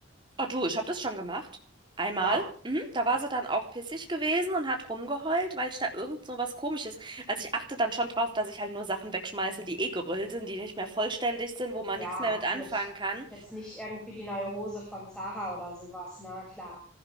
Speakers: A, on the right; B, in the centre.
A: Oh du, ich habe das schon gemacht. Einmal.
B: Ja?
A: Mhm. Da war sie dann auch pissig gewesen und hat rumgeheult, weil ich da irgend so was Komisches. Also ich achte dann schon drauf, dass ich halt nur Sachen wegschmeiße, die eh gerüllt sind, die nicht mehr vollständig sind, wo man
B: Ja,
A: nichts mehr mit anfangen
B: gut.
A: kann.
B: Jetzt nicht irgendwie die neue Hose von Zara oder sowas. Na Klar.